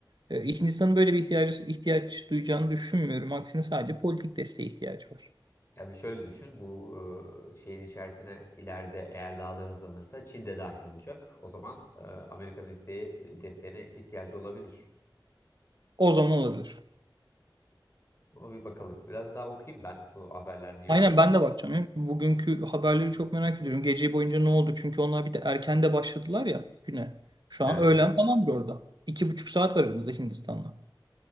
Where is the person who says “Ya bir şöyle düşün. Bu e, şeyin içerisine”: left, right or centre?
Left